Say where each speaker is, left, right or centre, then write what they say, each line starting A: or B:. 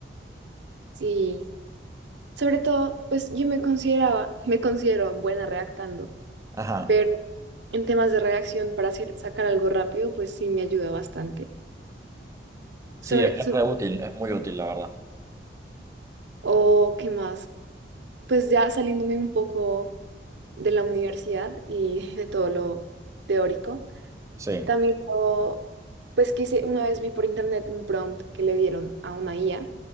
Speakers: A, on the right (about 75°); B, on the right (about 15°).
A: Sí, sobre todo, pues yo me consideraba, me considero buena redactando,
B: Ajá.
A: pero en temas de redacción para hacer- sacar algo rápido, pues sí me ayuda bastante. Sobre,
B: Sí, es
A: so-
B: re útil, es muy útil, la verdad.
A: O qué más, pues ya saliéndome un poco de la universidad y <laughs> de todo lo teórico,
B: Sí.
A: también lo- pues quise, una vez vi por internet un prompt que le dieron a una IA